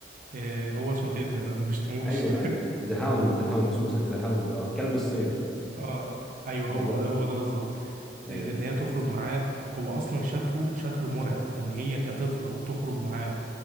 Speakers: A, on the right (about 45°); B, in the centre.
A: آه، هو اسمه كده أنا مش <laughs> تموش
B: ايوه ايوه ذا هاوند ذا هاوند اسمه ذا هاوند اه كلب الصيد
A: اه ايوه
B: بالظبط
A: هو ده هو ده بالظبط
B: ايوه
A: آه، ان هي تخرج معاه هو اصلا شكله شكله مرعب فان هي كطفله تخرج معاه